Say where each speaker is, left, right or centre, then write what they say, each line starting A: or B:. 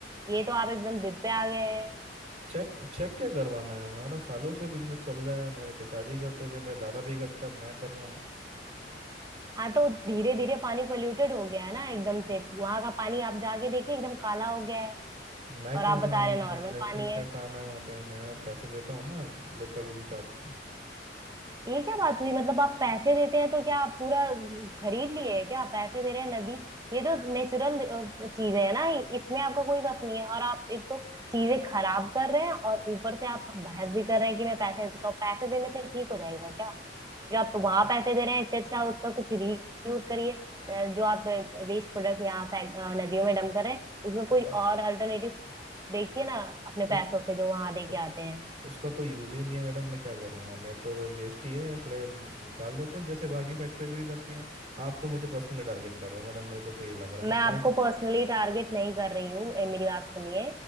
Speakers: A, on the right (about 20°); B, on the right (about 35°).
A: ये तो आप एकदम जिद पे आ गए हैं
B: चेक चेक क्या करवाना है हमारा सालों से बिजनेस चल रहा है मेरे पिताजी करते थे मेरा दादा भी करता था मैं कर रहा हूँ
A: हाँ तो धीरे धीरे पानी पोल्यूटेड हो गया है ना एकदम से वहां का पानी आप जाके देखिए एकदम काला हो गया है
B: मैं
A: और
B: क्यों
A: आप
B: जाऊँ
A: बता
B: वहाँ
A: रहे हैं नॉर्मल
B: पे मेरे
A: पानी
B: को क्या
A: है
B: काम है वहाँ पे मैं पैसे देता हूँ ना लोकल इंचार्ज को
A: ये क्या बात हुई मतलब आप पैसे देते हैं तो क्या आप पूरा खरीद लिए है क्या पैसे दे रहे हैं नदी ये तो नेचुरल चीज है ना इसमें आपको कोई बात नहीं है और आप एक तो चीजें खराब कर रहे हैं और ऊपर से आप बहस भी कर रहे हैं कि मैं पैसे देता हूँ पैसे देने से ठीक हो जाएगा क्या जो आप
B: हम्म।
A: वहां पैसे दे रहे हैं इससे अच्छा उसका कुछ रीयूज करिए अ, जो आप वेस्ट प्रोडक्ट यहाँ फेंक अ, नदियों में डंप कर रहे हैं उसका
B: अरे
A: कोई और अल्टरनेटिव देखिए ना अपने
B: उस
A: पैसों से जो वहां दे
B: उ-
A: के आते हैं
B: उसका कोई यूज ही नहीं है मैडम मैं क्या करूँगा मेरे तो बस वेस्ट ही है इसलिए निकाल देते हैं जैसे बाकी फैक्ट्रीज भी करती हैं आप तो मुझे पर्सनली टारगेट कर रहे हो मैडम मेरे को तो ये लग रहा
A: मैं
B: है
A: आपको
B: मैं
A: पर्सनली टारगेट नहीं कर रही हूँ ए, मेरी बात सुनिए